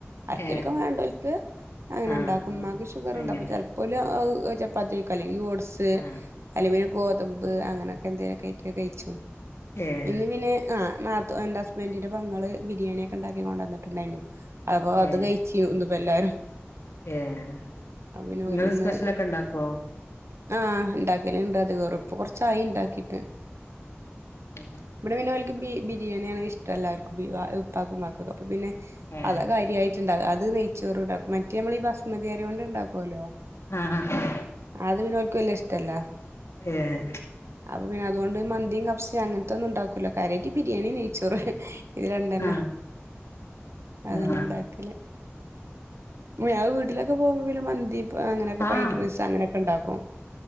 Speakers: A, on the right (about 75°); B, on the left (about 70°).
A: ആർക്കേലൊക്കെ
B: ഏഹ്
A: വാണ്ടോ അങ്ങനെ
B: ആഹ്
A: ഇണ്ടാക്കും
B: ആഹ്
A: ഉമ്മാക്ക് ഷുഗർ
B: അങ്ങനെ
A: ഇണ്ട് അപ്പ ചെലപ്പോ ചപ്പാത്തിക്കഴിക്കും അല്ലെങ്കിൽ ഓട്സ്
B: ആഹ്
A: അല്ലെങ്കിൽ പിന്നെ ഗോതമ്പ് അങ്ങനെയൊക്കെ എന്തെലുമൊക്കെ ആയിട്ട് കഴിച്ചും
B: ഏഹ്
A: ഇന്ന് പിന്നെ ആ നാത്തു എന്റെ ഹസ്ബന്റിന്റെ പെങ്ങള് ബിരിയാണിയോക്കെ ഇണ്ടാക്കി കൊണ്ടന്നിട്ടുണ്ടായിരുന്നു അപ്പൊ അത്
B: ഏഹ്
A: കഴിച് ഇന്ന്പ്പോ എല്ലാരും
B: ഏഹ്
A: അപ്പോ പിന്നെഒലിന്ന്
B: ഇങ്ങള് സ്പെഷ്യലൊക്കെ ഇണ്ടാക്കോ?
A: ആഹ് ഇണ്ടാക്കല്ണ്ട് അതികോറും ഇപ്പൊ കൊറച്ചായി ഇണ്ടാക്കിട്ട്.
B: ഉം
A: ഇവിടെ പിന്നോലിക്ക് ബിരിയാണിയാണ് ഇഷ്ടം എല്ലാവർക്കും ഇപ്പാക്കും ഇമ്മാക്കുംഒകെ അപ്പ പിന്നെ
B: ഏഹ്
A: അതാകാര്യമായിട്ട്. അത് നെയ്ച്ചോറ് ഇണ്ടാക്കും മറ്റേ നമ്മൾ ഈ ബസ്മതിയരി കൊണ്ട് ഉണ്ടാക്കോല്ലോ.
B: ആഹ് ആഹ്
A: അത് പിന്നോൾക് വല്ലിയെ ഇഷ്ടല്ല.
B: ഏഹ്
A: അപ്പൊ പിന്നെ അതുകൊണ്ട് മന്തിം കബ്സ അങ്ങനത്തെന്നുംണ്ടാക്കൂല്ല കാരിയായിട്ട് ബിരിയാണി നെയ് നെയ്ച്ചോറ് ഇത് രണ്ടുന്നെ
B: ആഹ്
A: അതന്നെണ്ടാക്കല്.
B: ആഹ്
A: ഇമ്മേ വീട്ടിലാ പോവുമ്പോ പിന്നെ മന്തി അങ്ങനെയൊക്കെ ഫൈഡ്രൈസ്
B: ആഹ് ആഹ്
A: അങ്ങനൊക്കെ ഇണ്ടാക്കും.